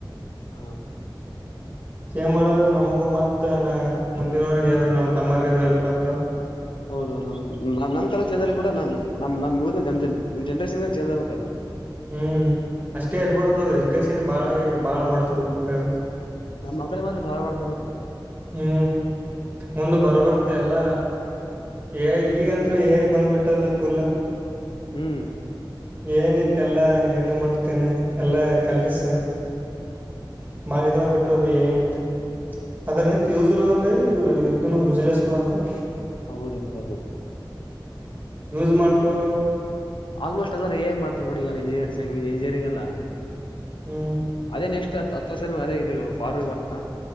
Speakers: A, on the left (about 85°); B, on the right (about 20°).
A: ಹ
B: ಚೇಂಜ್ ಮಾಡದ್ರೆ ನಮಗೂ ಮತ್ತ ನ ಮುಂದಿನವ್ರಗ ಅವ ನಮ್ಮ್ ತಮ್ಮರ್ಗ ಅ ಹೆಲ್ಪ್ ಆತ
A: ಹೌದೌದೌದು ನ ನಮ್ ಕಾಲ ಚಂದದಲ್ಲಿ ಕೂಡ ನಾನ್ ನಮ್ ನಮ್ದ ನಮ ಜನ್ ನಮ್ ಜನರೇಶ್ನ್ ಚೇಜ್ ಆಗ್ಬೇಕ ಅದು
B: ಹೂ ಅಷ್ಟೇ ಇರ್ಬಾರ್ದದು ಎಜುಕೇಶನ್ ಬಾಳ ಬಾಳ್ ಹೊಡೆತ ಬೋತತೆ ಅದು
A: ನಮ್ಮ್ ಮಕ್ಕಳಿಗೆ ಮಾತ್ರ ಬಾಳ ಹೊಡತ ಬೀಳುತ್ತದ
B: ಹೂ ಮುಂದು ಬರ್ವರ್ತ್ತೆ ಎಲ್ಲ ಏ ಈಗಂತೂ ಏಐ ಬಂದ್ಬಿಟ್ಟದ್ ಬಂದ ಫುಲ್
A: ಹೂ
B: ಏನಿತ್ತ ಎಲ್ಲಾ ಏನೇನ್ ಮಾಡ್ತೇನ ಎಲ್ಲಾ ಕೆಲ್ಸ <inaudible> ಮಾಡಿದ ಆೋಗಬಿಟ್ಟು ಏನಿತ್ತು ಅದ್ರ ನಿತ್ ಯುಜ್ ನ ಅದ ಭೈ ಯುದ್ಧ ಯೂಜಲೆಸ್ ನ ಆದ
A: ಹೌದೌದದದು
B: ಯೂಸ್ ಮಾಡ್ಕೊ
A: ಆಲ್ಮೋಸ್ಟ್ ಎಲ್ಲಾರೂ ಎ ಮಾಡ್ತರ್ಬ ಬಿಡಿ ಈಲ್ಲ ಇಂಜಿನಿಯರ್ಂಗ ಇಂಜಿನಿಯರಿಂಗ್ ಎಲ್ಲ
B: ಹೂ
A: ಅದೇ ನೆಕ್ಸ್ಟ್ ಹತ್ತು ವರ್ಷ ಅದೇ ಇ ಫಾರ್ವೆ ಬರ್ತಾ